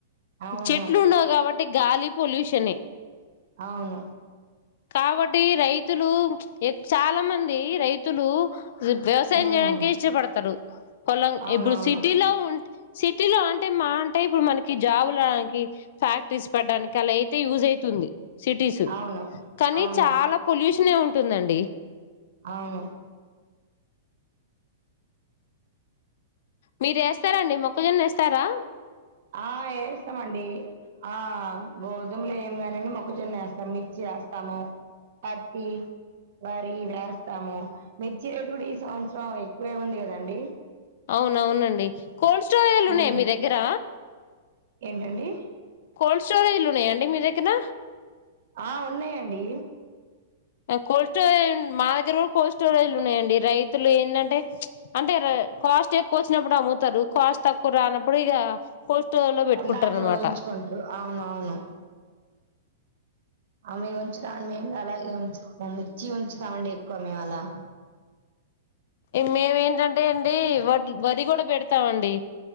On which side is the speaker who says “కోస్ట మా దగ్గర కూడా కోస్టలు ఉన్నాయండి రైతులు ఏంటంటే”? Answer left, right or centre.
Left